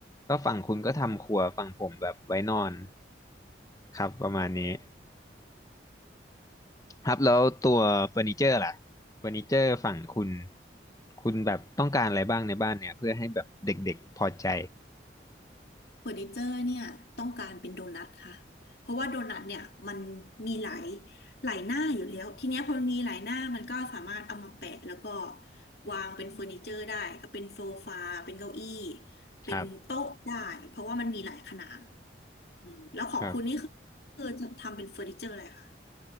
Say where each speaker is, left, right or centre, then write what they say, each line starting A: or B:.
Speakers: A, on the left; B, on the left.
A: แล้วฝั่งคุณก็ทำครัวฝั่งผมแบบไว้นอนครับประมาณนี้ ครับแล้วตัวเฟอร์นิเจอร์ล่ะเฟอร์นิเจอร์ฝั่งคุณคุณแบบต้องการอะไรบ้างในบ้านเนี่ยเพื่อให้แบบเด็กๆพอใจ
B: เฟอร์นิเจอร์เนี่ยต้องการเป็นโดนัทค่ะเพราะว่าโดนัทเนี่ยมันมีหลายหลายหน้าอยู่แล้วทีเนี้ยพอมีหลายหน้ามันก็สามารถเอามาแปะแล้วก็วางเป็นเฟอร์นิเจอร์ได้ก็เป็นโซฟาเป็นเก้าอี้เป็นโต๊ะได้เพราะว่ามันมีหลายขนาด
A: ครับ
B: อืมแล้วของคุณนี่คือคือจะทำเป็นเฟอร์นิเจอร์อะไรคะ
A: ครับ